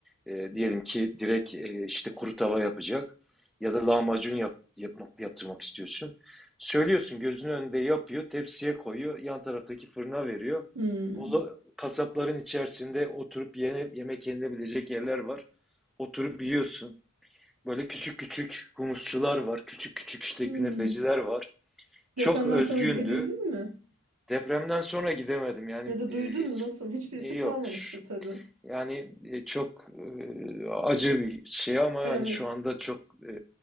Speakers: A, in the centre; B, on the right (about 75°).
A: e, diyelim ki direkt e, işte kuru tava yapacak ya da lahmacun yap, yapmak yaptırmak istiyorsun. Söylüyorsun gözünün önünde yapıyor, tepsiye koyuyor, yan taraftaki fırına veriyor.
B: Hmm.
A: Ola, kasapların içerisinde oturup yene, yemek yenilebilecek yerler var. Oturup yiyorsun. Böyle küçük küçük humusçular var, küçük küçük işte
B: Hmm.
A: künefeciler var. Çok
B: Depremden
A: özgündü.
B: sonra gidebildin mi?
A: Depremden sonra gidemedim. Yani
B: Ya da duydun
A: e, hiç
B: mu nasıl? Hiçbirisi
A: e, yok.
B: kalmamıştı
A: Ş-
B: tabii.
A: Yani e, çok e, acı bir şey ama yani
B: Evet.
A: şu anda çok e,